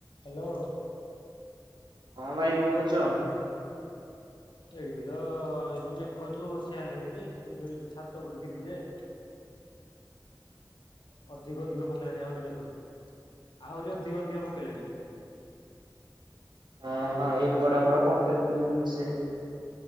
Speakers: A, on the left (about 85°); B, on the right (about 75°).
A: Hello
B: ହଁ ଭାଇ କଣ କରୁଚ?
A: ଏଇଠି ତ ଏଠି ମେଘ ଜୋର୍ ସେ ହେଲାଣି ରେ ଛାତ ଉପରେ ଥିଲି ଯେ। ଅଧିକ ଅଧିକ ପକେଇଲାଣି ଆହୁରି ମେଘ ଆହୁରି ଅଧିକ ଅଧିକ ପକେଇଲାଣି।
B: ହଁ ହଁ ଏପଟେ
A: ଲାଗୁଛି
B: ଆମର ପକେନି ବେସି।